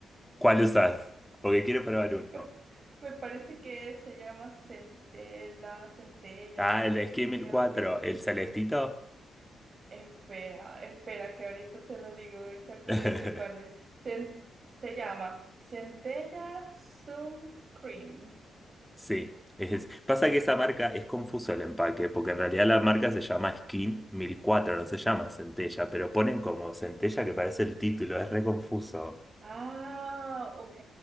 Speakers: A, in the centre; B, on the right (about 45°).
A: ¿Cuál usás? Porque quiero probar
B: <laughs>
A: uno.
B: me parece que se llama centela, centella,
A: Ah,
B: algo
A: el de
B: así,
A: Esquí mil
B: creo
A: cuatro,
B: que era.
A: el celestito.
B: Espera, espera, que ahorita te lo digo exactamente
A: <laughs>
B: cuál es. Cen- se llama Centella Sun Cream.
A: Sí, es- pasa que esa marca es confuso el empaque, porque en realidad la marca se llama Skin 1004, no se llama Centella, pero ponen como Centella que parece el título, es re confuso.
B: Ah, ok,